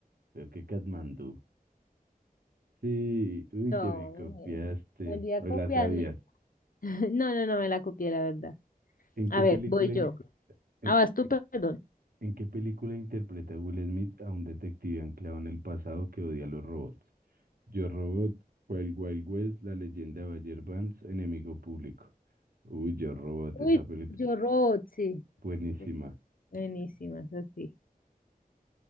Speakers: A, on the right; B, on the left.
A: Pero qué Katmandú. Sí, uy,
B: No,
A: te me
B: hombre,
A: copiaste.
B: volví a
A: O
B: copiarme.
A: la sabías.
B: <laughs> No, no, no me la copié, la verdad.
A: ¿En
B: A
A: qué
B: ver,
A: película,
B: voy
A: in-
B: yo.
A: en,
B: Ah, vas tú, perdón.
A: en qué película interpreta Will Smith a un detective anclado en el pasado que odia a los robots? Yo Robot, Wild Wild West, La leyenda de Bayer Vance, Enemigo Público. Uy, Yo Robot,
B: Uy,
A: esa película.
B: yo robot, sí.
A: Buenísima.
B: sí, Buenísimas, así.